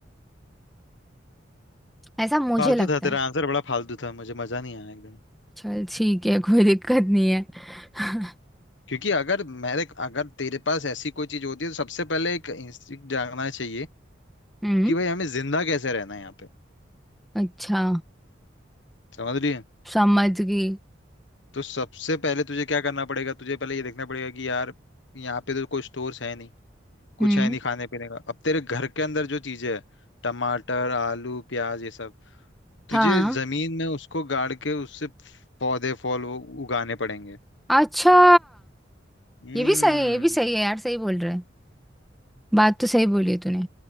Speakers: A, in the centre; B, on the left (about 75°).
A: ऐसा मुझे
B: फालतू
A: लगता
B: था तेरा
A: है
B: आंसर बड़ा फालतू था मुझे मजा नहीं आया एकदम
A: चल ठीक है कोई दिक्कत नहीं है <laughs>
B: क्योंकि अगर मेरे अगर तेरे पास ऐसी कोई चीज होती है तो सबसे पहले एक इंस्टिंक्ट जागना चाहिए
A: हम्म
B: कि भाई हमें जिंदा कैसे रहना है यहाँ पे
A: अच्छा
B: समझ रही है
A: समझ गई
B: तो सबसे पहले तुझे क्या करना पड़ेगा तुझे पहले ये देखना पड़ेगा कि यार यहाँ पे तो कोई स्टोर्स है नहीं कुछ
A: हम्म
B: है नहीं खाने पीने का अब तेरे घर के अंदर जो चीजें है टमाटर आलू प्याज ये सब तुझे
A: हाँ
B: जमीन में उसको गाड़ के उससे पौधे फल वो उगाने पड़ेंगे
A: अच्छा
B: हम्म
A: ये भी सही है ये भी सही है यार सही बोल रहे है बात तो सही बोली है तूने